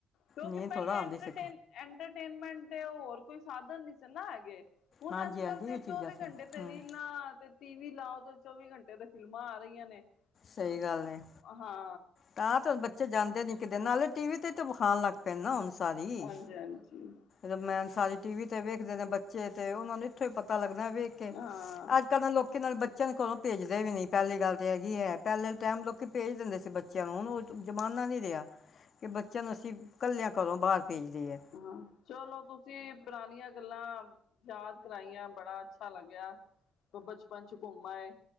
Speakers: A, on the left; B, on the left.
A: ਕਿਉਂਕਿ
B: ਨੀਂਦ
A: ਪਹਿਲੇ
B: ਥੋੜ੍ਹਾ
A: ਐਂਟਰਟੇਨ
B: ਆਉਂਦੀ ਸੀ
A: ਐੰਟਰਟੇਨਮੈਂਟ ਦੇ ਹੋਰ ਕੋਈ ਸਾਧਨ ਨਈ ਸੀ ਨਾ ਹੈਗੇ। ਹੁਨ
B: ਹਾਂਜੀ
A: ਅੱਜ-ਕੱਲ
B: ਹਾਂਜੀ
A: ਤੇ
B: ਇਹ ਚੀਜ਼ਾਂ
A: ਚੌਵੀ
B: ਸੀ
A: ਘੰਟੇ ਤੇ
B: ਹੂੰ
A: ਰੀਲਾਂ 'ਤੇ ਟੀ ਵੀ ਲਾਓ ਤੇ ਚੌਵੀ ਘੰਟੇ ਤੇ ਫਿਲਮਾਂ ਆ ਰਇਆਂ ਨੇ,
B: ਸਹੀ
A: ਤੇ
B: ਗੱਲ ਹੈ
A: ਹਾਂ
B: ਤਾਂ ਤੇ ਹੁਨ ਬੱਚੇ ਜਾਂਦੇ ਨੀ ਕਿਦੇ ਨਾਲੇ ਟੀ ਵੀ ਤੇ ਵੀ ਵਖਾਨ ਲੱਗ ਪਏ ਨਾ ਹੁਨ ਸਾਰੀ।
A: ਹਾਂਜੀ ਹਾਂਜੀ।
B: ਰਮੈਨ ਸਾਰੀ ਟੀ ਵੀ 'ਤੇ ਵੇਖਦੇ ਨੇ ਬੱਚੇ ਤੇ ਓਨਾਂ ਨੂੰ ਇੱਥੋਂ ਹੀ ਪਤਾ ਲੱਗਦਾ ਵੇਖ ਕੇ
A: ਹਾਂ
B: ਅੱਜ ਕੱਲ ਲੋਕੀ ਨਾਲ ਬੱਚਿਆਂ ਨੂੰ ਘਰੋਂ ਭੇਜਦੇ ਵੀ ਨੀ ਪਹਿਲੀ ਗੱਲ ਤਾਂ ਹੈਗੀ ਐ ਪਹਿਲੇ ਟਾਈਮ ਲੋਕੀ ਭੇਜ ਦਿੰਦੇ ਸੀ ਬੱ ਬੱਚਿਆਂ ਨੂੰ ਹੁਨ ਓ ਜ਼ਮਾਨਾ ਨੀ ਰਿਹਾ ਕਿ ਬੱਚਿਆਂ ਨੂੰ ਅਸੀਂ ਕੱਲਿਆਂ ਘਰੋਂ ਬਾਰ ਭੇਜ ਦੀਏ।
A: ਹਾਂ, ਚਲੋ ਤੁਸੀਂ ਪੁਰਾਨੀਆਂ ਗੱਲਾਂ ਯਾਦ ਕਰਾਈਆਂ ਬੜਾ ਅੱਛਾ ਲੱਗਿਆ ਤੇ ਬਚਪਨ 'ਚ ਘੁੰਮ ਆਏ।